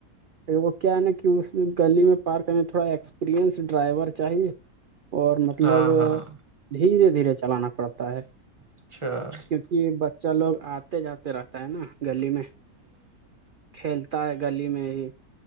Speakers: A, on the right; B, on the right.
A: وہ کیا ہے نا کہ اس میں گلی میں پارک کرنے تھوڑا ایکسپریئنس ڈرائیور چاہیے اور مطلب
B: ہاں ہاں
A: دھیرے دھیرے چلانا پڑتا ہے
B: اچھا ہ
A: کیوںکہ بچہ لوگ آتے جاتے رہتا ہے نا گلی میں کھیل ہوتا ہے گلی میں ہی